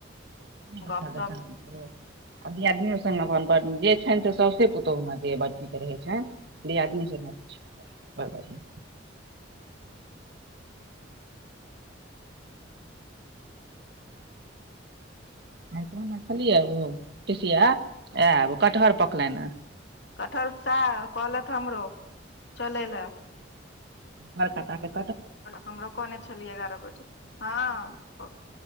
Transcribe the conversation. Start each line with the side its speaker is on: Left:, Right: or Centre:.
Right: बताद
Left: गपशप
Right: <unintelligible> कत धियदनियो सने जे छनि से सौसे पुतहुमे दे बड़कीक रहै छनि याद <unintelligible> न जरना छै ब कहने छलियै ओ पीसिया आयब कटहर पकलनि हे
Left: कटठहर स कहलथि हमरो चलै लए
Right: हरका त
Left: हमरो कहने छलियै एगारह बजे हँ